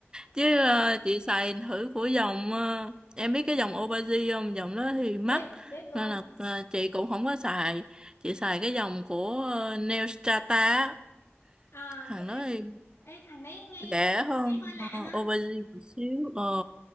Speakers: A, on the right (about 20°); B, on the left (about 70°).
A: chứ ờ, chị xài thử của dòng ờ, em biết cái dòng Obagi không dòng đó thì mắc
B: biết biết luôn
A: nên là ờ, chị cũng không có xài chị xài cái dòng của uh, Neostrata á.
B: ờ
A: thằng
B: cái ê,
A: đó thì
B: ê, thằng đấy nghe
A: rẻ hơn
B: nghe hơi lạ
A: ờ,
B: hả
A: aubergine một xíu ờ